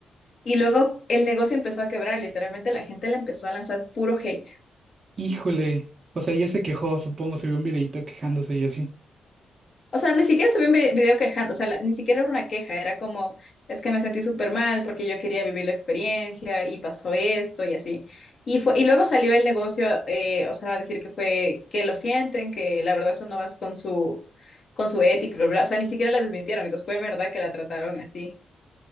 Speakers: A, on the left; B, on the right.
A: Y luego el negocio empezó a quebrar, literalmente la gente le empezó a lanzar puro hate.
B: Híjole. O sea, ella se quejó, supongo, subió un videito quejándose y así.
A: O sea, ni siquiera se vio un vi- video quejando, o sea, la- ni siquiera era una queja, era como, es que me sentí súper mal porque yo quería vivir la experiencia y pasó esto y así. Y, fue, y luego salió el negocio, eh, o sea, a decir que fue, que lo sienten, que la verdad eso no va con su, con su ética, bla, bla. bla. O sea, ni siquiera la desmintieron, entonces fue verdad que la trataron así.